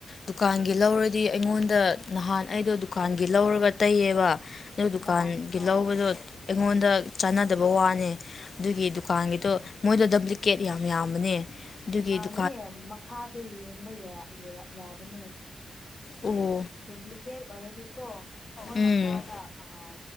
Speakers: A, on the left (about 55°); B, on the left (about 25°).
A: ꯗꯨꯀꯥꯟꯒꯤ ꯂꯧꯔꯗꯤ ꯑꯩꯉꯣꯟꯗ ꯅꯍꯥꯟ ꯑꯩꯗꯣ ꯗꯨꯀꯥꯟꯒꯤ ꯂꯧꯔꯒ ꯇꯩꯌꯦꯕ ꯑꯗꯨ ꯗꯨꯀꯥꯟꯒꯤ
B: ꯑꯣ
A: ꯂꯧꯕꯗꯣ ꯑꯩꯉꯣꯟꯗ ꯆꯥꯟꯅꯗꯕ ꯋꯥꯅꯦ ꯑꯗꯨꯒꯤ ꯗꯨꯀꯥꯟꯒꯤꯗꯣ ꯃꯣꯏꯗꯣ ꯗꯕ꯭ꯂꯤꯀꯦꯠ ꯌꯥꯝ ꯌꯥꯝꯕꯅꯦ ꯑꯗꯨꯒꯤ ꯗꯨ
B: ꯅꯦ ꯃꯈꯥꯗ ꯌꯦꯡꯕ ꯌꯥ ꯌꯥ ꯌꯥꯕꯅꯦ
A: ꯑꯣ
B: ꯗꯨꯄ꯭ꯂꯤꯀꯦꯠ ꯑꯣꯏꯔꯗꯤꯀꯣ ꯃꯣꯏ
A: ꯎꯝ
B: ꯃꯈꯥꯗ ꯑꯥ